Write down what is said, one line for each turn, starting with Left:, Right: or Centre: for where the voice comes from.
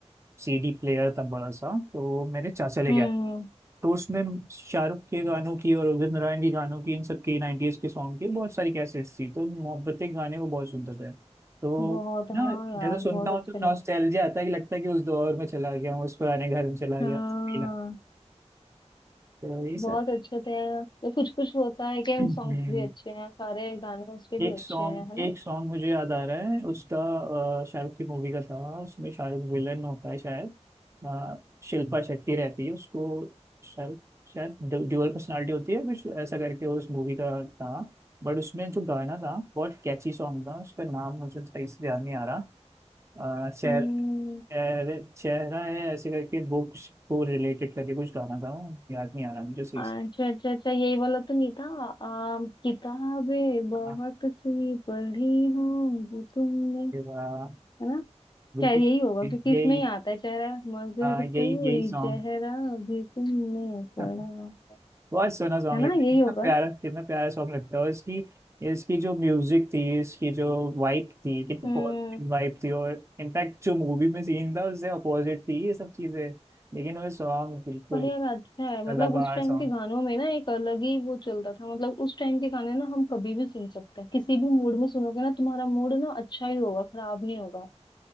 Right: सीडी प्लेयर था बड़ा सा तो वो मेरे चाचा लेके
Left: हम्म
Right: तो उसमें शाहरुख के गानों की और उदित नारायण के गानों की इन सब की नाइन्टीज के सॉन्ग की बहुत सारी कैसेट्स थी तो मोहब्बतें के गाने को बहुत सुनता था तो
Left: बहुत हाँ
Right: ना
Left: यार
Right: जैसे सुनता
Left: बहुत
Right: हूँ
Left: अच्छे
Right: तो
Left: लगते
Right: नॉस्टैल्जिया आता है कि लगता है कि उस दौर में चला गया हूँ उस पुराने घर में चला
Left: हैं।
Right: गया
Left: हाँ
Right: हूँ, फील आता है। तो यही सब
Left: बहुत
Right: <clears throat>
Left: अच्छे थे ये कुछ कुछ होता है क्या
Right: हम्म।
Left: सॉन्ग्स भी अच्छे हैं सारे गाने उसके
Right: एक
Left: भी अच्छे
Right: सॉन्ग
Left: हैं है ना
Right: एक सॉन्ग मुझे याद आ रहा है उसका अ, शाहरुख की मूवी का था उसमें शाहरुख विलन होता है शायद अ, शिल्पा शेट्टी रहती है उसको शाहरुख शायद ड्यूअल पर्सनालिटी होती है कुछ ऐसा करके उस मूवी का था बट उसमें जो गाना था बहुत कैची सॉन्ग था उसका नाम मुझे सही से ध्यान नहीं आ रहा अ, चेहर,
Left: हम्म,
Right: चेहरे चेहरा है ऐसे करके बुक्स को रिलेटेड करके कुछ गाना था वो याद नहीं आ रहा मुझे सही
Left: अच्छा
Right: से
Left: अच्छा अच्छा यही वाला तो नहीं था आ, किताबें
Right: हाँ,
Left: बहुत सी पढ़ी होंगी तुमने
Right: ये वाला,
Left: है ना
Right: बिल्कुल
Left: शायद यही होगा क्योंकि
Right: यही
Left: इसमें ही आता है चेहरा मगर
Right: हाँ, यही
Left: कोई
Right: यही सॉन्ग
Left: चेहरा भी तुमने पढ़ा
Right: हाँ,
Left: है
Right: बहुत सोना सॉन्ग
Left: है
Right: लगता
Left: ना यही
Right: है कितना
Left: होगा
Right: प्यारा कितना प्यारा सॉन्ग लगता है और इसकी इसकी जो म्यूजिक थी इसकी जो वाइब थी कितनी
Left: हम्म
Right: पॉजिटिव वाइब थी और इनफैक्ट जो मूवी में सीन था उससे अपोजिट थी ये सब चीजें लेकिन वो सॉन्ग बिल्कुल
Left: पर यार अच्छा है
Right: सदाबहार
Left: मतलब उस टाइम
Right: सॉन्ग
Left: के गानों में ना एक अलग ही वो चलता था मतलब उस टाइम के गाने ना हम कभी भी सुन सकते हैं किसी भी मूड में सुनोगे ना तुम्हारा मूड ना अच्छा ही होगा खराब नहीं होगा